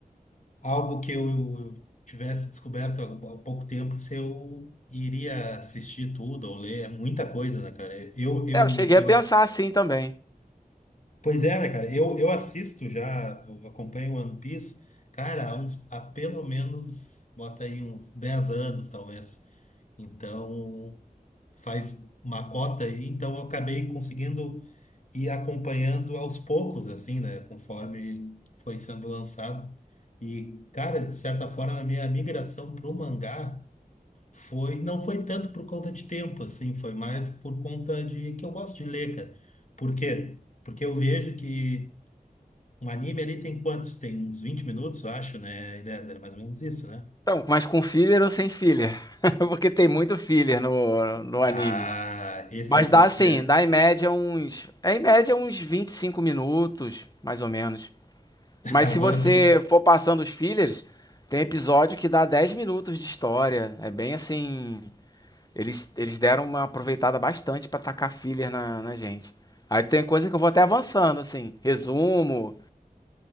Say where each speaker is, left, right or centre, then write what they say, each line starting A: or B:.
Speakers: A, on the left; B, on the left.
A: algo que eu tivesse descoberto há há pouco tempo, se eu iria assistir tudo ou ler, é muita coisa, né, cara? Eu, eu,
B: É, eu cheguei
A: eu,
B: a pensar
A: ass-
B: assim também.
A: pois é, né, cara? Eu, eu assisto já, eu acompanho One Piece, cara, há, uns, há pelo menos, bota aí uns 10 anos, talvez. Então. faz uma cota aí, então eu acabei conseguindo ir acompanhando aos poucos, assim, né? Conforme foi sendo lançado. E, cara, de certa forma, a minha migração pro mangá foi, não foi tanto por conta de tempo, assim, foi mais por conta de que eu gosto de ler, cara. Por quê? Porque eu vejo que um anime ali tem quantos? Tem uns 20 minutos, eu acho, né? Eliezer? É mais ou menos isso, né?
B: Então, mas com filler ou sem filler? <laughs> Porque tem muito filler no, no anime.
A: Ah, esse
B: Mas
A: é o.
B: dá
A: próprio.
B: assim, dá em média uns. É em média uns 25 minutos, mais ou menos.
A: <laughs>
B: Mas
A: Agora
B: se você
A: tu me
B: for passando os fillers, tem episódio que dá 10 minutos de história. É bem assim. Eles, eles deram uma aproveitada bastante pra tacar filler na, na gente. Aí tem coisa que eu vou até avançando, assim. Resumo.